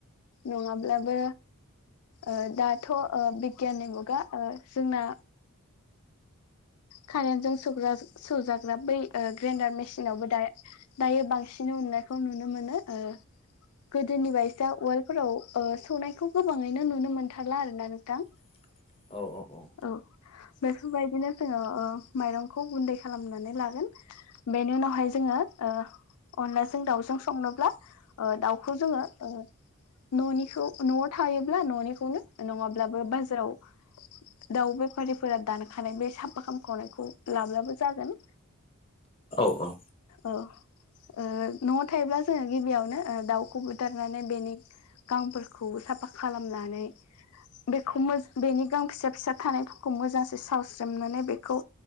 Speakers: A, on the left (about 75°); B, on the left (about 25°).
A: नंङाब्लाबो ओ दाथ ओ बिगियाननि मुगा ओ जोंना कारेन्टजों स्रौग्रा सो सोजाग्रा बै ग्रेन्डार मेसिनावबो दा दायो बांसिन उननायखौ नुनो मोनो ओ गोदोनि बायसा उवालफोराव ओ सौनायखौ गोबांङैनो नुनो मोनथारला आरो ना नोंथां।
B: <unintelligible> औ औ औ
A: औ बेफोरबायदिनो जोंङो ओ माइरंखौ गुन्दै खालामनानै लागोन बेनि उनावहाय जोंङो ओ अनलाजों दाउजों संनोब्ला ओ दाउखौ जोंङो ओ ननिखौ नआव थायोब्ला ननिखौनो नंङाब्लाबो बाजाराव दाउ बेफारिफोरा दानखानाय बे साब फा खामखनायखौ लाब्लाबो जागोन।
B: औ औ
A: ओ ओ नआव थायोब्ला जोंङो गिबियावनो ओ दाउखौ बुथारनानै बेनि गांफोरखौ साफा खालामनानै बेखौ मोज बेनि गाव फिसा-फिसा थानायफोरखौ मोजांसे सावस्रोमनानै बेखौ